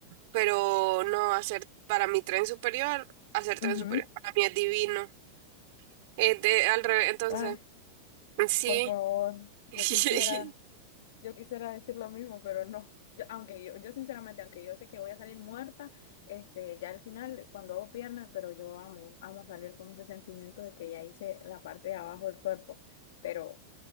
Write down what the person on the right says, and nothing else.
pero no, hacer para mi tren superior, hacer tren
superior para mí es divino. Es de, al revés, entonces,
sí.
<laughs>